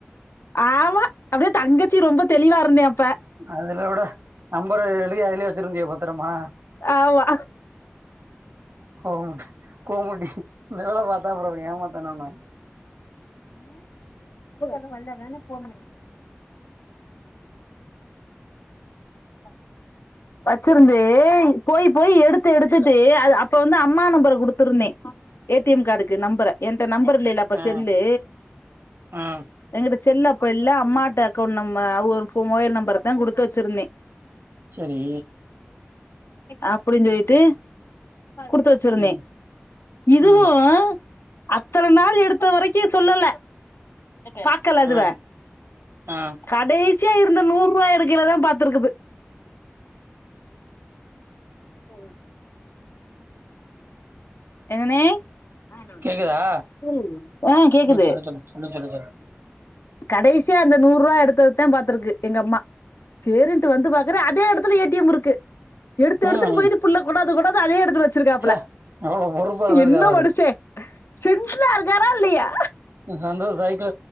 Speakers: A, on the left; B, on the right.
A: ஆமா அப்படியே தங்கச்சி ரொம்ப தெளிவா இருந்தே அப்ப
B: அதுலஉட நம் பர எழுதி அதிலயே வச்சிருந்தியா பத்திரமா
A: ஆமா
B: கோமுட கோமுட்டி <unintelligible> ஏமாத்தாம அப்புறம் என்ன பண்ணுவாய்ங்க
A: வந்த வோனே போன <inaudible> வச்சிருந்து போய் போய் எடுத்து எடுத்துட்டு அ அப்ப வந்து அம்மா நம்பர குடுத்துருந்தேன் ஏ டி எம் கார்டுக்கு நம்பர என் ட்ட நம்பர் இல்லையல்ல அப்ப
B: ஆ
A: செல்லு
B: ஆ
A: எங்கிட்ட செல்லப் இப்ப இல்ல அம்மாட்டு அக்கௌண்ட் நம்ம மொபைல் நம்பர் தான் குடுத்து வச்சிருந்தேன் <inaudible> <unintelligible>
B: சரி
A: அப்டின்னு சொல்லிட்டு குடுத்து வச்சிருந்தேன்
B: ம்
A: இதுவும்
B: ம்
A: அத்தனை நாள் எடுத்த வரைக்கும் சொல்லல பாக்கல அதுவ
B: ஆ ஆ
A: கடைசி சியா இருந்த நூறு ரூபாய் எடுக்கைல தான் பாத்துருக்குது சரி ஏனே <unintelligible>
B: கேக்குதா
A: ஆஹ் கேக்குது
B: ம் சொல்லு சொல்லு சொல்லு சொல்லு சொல்லு
A: கடைசியா அந்த நூறு ரூபாய் எடுத்ததுதான் பாத்துருக்கு எங்க அம்மா சேரின்ட்டு வந்து பாக்குறன் அதே எடத்துல ஏடிஎம் இருக்கு <unintelligible> எடுத்து எடுத்துன்னு
B: ம்
A: போயிட்டு ஃபுல்லா கொண்டாந்து கொண்டாந் து அதே எடுத்துல வச் சிருக்காப்புல
B: ச்சே எவ்ளோ பொறுப்பா இருந்திருக்காரு
A: என்ன
B: அவரு.
A: மனுஷேன் சென்டிலா இருக்காரா இல்லையா
B: சந்தோஷ சாயக்க